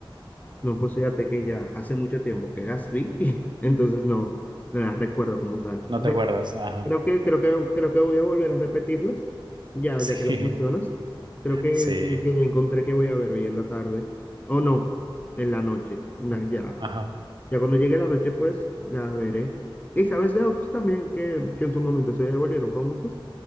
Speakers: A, on the left; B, on the right.
A: No, pues fíjate que ya hace mucho tiempo que las vi, <laughs> entonces no, no las recuerdo como tal.
B: ¿No
A: De
B: te acuerdas?
A: hecho,
B: Ajá.
A: creo que, creo que, creo que voy a volver a repetirlas, ya,
B: Sí,
A: ya que las mencionas. Creo que,
B: <laughs> sí.
A: que que ya encontré que voy a ver hoy en la tarde. O no, en la noche. Na- ya,
B: Ajá.
A: ya cuando llegue la noche, pues la veré. Y sabes de otros también que, que en su momento se volvieron famosos,